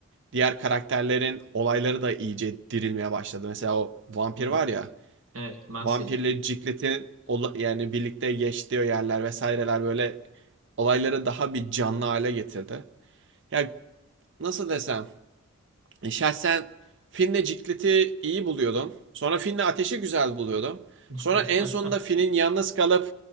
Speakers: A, on the right; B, on the right.
A: Diğer karakterlerin olayları da iyice dirilmeye başladı. Mesela o vampir
B: evet,
A: var ya.
B: evet, Marcel'in.
A: Vampirle Ciclet'in yani birlikte geçtiği yerler vesaireler böyle olayları daha bir canlı hale getirdi. Ya nasıl desem e, Şahsen Finn'le Ciklet'i iyi buluyordum. Sonra Finn'le Ateş'i güzel buluyordum.
B: <laughs>
A: Sonra en sonunda Finn'in yalnız kalıp